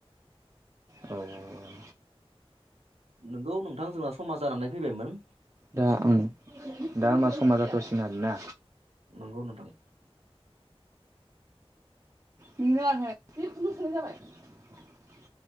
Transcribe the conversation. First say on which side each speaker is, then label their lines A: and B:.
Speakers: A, on the right; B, on the right.
A: औ औ
B: नोंगौ नोंथां जोंना समा जानानै फैबायमोन
A: दा आं दा होमबा समा जाथ'सिगोन आरो ना
B: नंगौ नोंथां
A: ननो जाबाय <unintelligible>